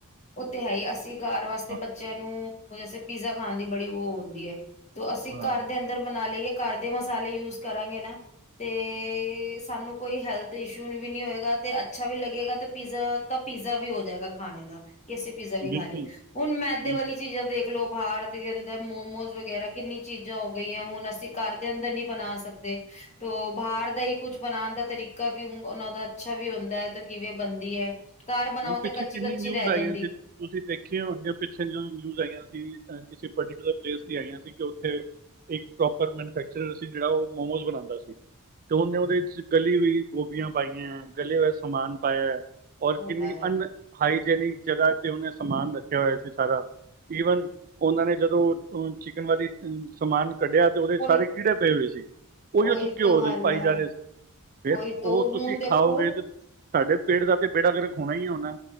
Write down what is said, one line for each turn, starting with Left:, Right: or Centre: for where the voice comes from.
Left: ਉਹ ਤੇ ਹੈ ਈ, ਅਸੀਂ ਘਰ ਵਾਸਤੇ
Right: ਹਾਂ,
Left: ਬੱਚਿਆਂ ਨੂੰ ਜੈਸੇ ਪੀਜ਼ਾ ਖਾਣ ਦੀ ਬੜੀ ਉਹ ਹੁੰਦੀ ਐ। ਤੇ ਅਸੀਂ
Right: ਹਾਂ।
Left: ਘਰ ਦੇ ਅੰਦਰ ਬਨਾ ਲਈਏ। ਘਰ ਦੇ ਮਸਾਲੇ ਯੂਜ ਕਰਾਂਗੇ ਨਾ ਤੇ ਸਾਨੂੰ ਕੋਈ ਹੈਲਥ ਇਸ਼ੂ ਵੀ ਨੀ ਹੋਏਗਾ ਤੇ ਅੱਛਾ ਵੀ ਲੱਗੇਗਾ ਤੇ ਪੀਜ਼ਾ ਤਾਂ ਪੀਜ਼ਾ ਵੀ ਹੋ ਜਾਏਗਾ ਖਾਣੇ ਦਾ ਕਿ ਅਸੀਂ ਪੀਜ਼ਾ ਵੀ ਖਾ
Right: ਬਿਲਕੁਲ,
Left: ਲਿਆ ਹੁਣ ਮੈਦੇ
Right: ਬਿਲਕੁਲ,
Left: ਵਾਲੀ ਚੀਜ਼ਾਂ ਤੇ ਦੇਖਲੋ ਬਾਹਰ ਦੇ ਅੰਦਰ ਮੋਮੋਜ਼ ਵਗੈਰਾ ਕਿੰਨੀ ਚੀਜ਼ਾਂ ਹੋ ਗਈਆਂ ਹੁਣ ਅਸੀਂ ਘਰ ਦੇ ਅੰਦਰ ਨੀ ਬਨਾ ਸਕਦੇ ਤੋ ਬਾਹਰ ਦਾ ਹੀ ਕੁਛ ਬਨਾਨ ਦਾ ਤਰੀਕਾ ਵੀ ਉਹਨਾਂ ਦਾ ਅੱਛਾ ਵੀ ਹੁੰਦਾ ਹੈ, ਤੇ ਕਿਵੇਂ ਬਣਦੀ ਹੈ। ਘਰ ਬਣਾਓ
Right: ਹੁਣ
Left: ਤੇ
Right: ਪਿੱਛੇ
Left: ਕੱਚੀ
Right: ਕਿੰਨੀ
Left: ਕੱਚੀ
Right: ਨਿਊਜ਼
Left: ਰਹਿ ਜਾਂ
Right: ਆਈਆਂ ਸੀ, ਤੁਸੀਂ ਦੇਖਿਆ ਹੋਨਗੀਆਂ ਪਿੱਛੇ ਜੋ ਨਿਊਜ ਆਈਆਂ ਸੀ <unintelligible> ਕਿਸੀ ਪਰਟੀਕੂਲਰ ਪਲੇਸ ਦੀ ਆਈਆਂ ਸੀ ਕਿ ਉੱਥੇ ਇੱਕ ਪ੍ਰੋਪਰ ਮੈਨੂਫੈਕਚਰ ਸੀ ਜਿਹੜਾ ਉਹ ਮੋਮੋਜ਼ ਬਨਾਂਦਾ ਸੀ ਤੇ ਉਹਨੇ ਉਹਦੇ ਵਿੱਚ ਗਲੀ ਹੋਈ ਗੋਭੀਆਂ ਪਾਈਆਂ, ਗਲੇ ਦਾ ਸਮਾਨ ਪਾਇਆ ਐ।
Left: ਉਹ
Right: ਕਿੰਨੀ
Left: ਹੈ
Right: ਅਨ ਹਾਈਜੇਨਿਕ ਜਗ੍ਹਾ ਤੇ ਉਹਨੇ ਸਮਾਨ ਰੱਖਿਆ ਹੋਇਆ ਸੀ ਸਾਰਾ, ਈਵਨ ਉਹਨਾਂ ਨੇ ਜਦੋਂ ਚਿਕਨ ਵਾਲੀ ਸਮਾਨ ਕੱਢਿਆ ਤੇ ਉਹਦੇ
Left: ਕੋਈ
Right: ਸਾਰੇ ਕੀੜੇ ਪਏ ਹੋਏ ਸੀ, ਉਹੀਓ
Left: ਉਹੀ
Right: ਚੁੱਕ ਕੇ
Left: ਤੋਂ
Right: ਉਹ ਉਹਦੇ
Left: ਹੱਲ
Right: ਚ ਪਾਈ
Left: ਹੈ
Right: ਜਾ ਰਿਹਾ ਸੀ ਫਿਰ
Left: ਉਹੀ ਤੋਂ
Right: ਉਹ
Left: ਹੁਣ
Right: ਤੁਸੀਂ
Left: ਦੇਖੋ
Right: ਖਾਓਗੇ ਤੇ ਸਾਡੇ ਪੇੜ ਦਾ ਤੇ ਬੇੜਾ ਗਰਕ ਹੋਣਾ ਹੀ ਹੋਣਾ ਐ।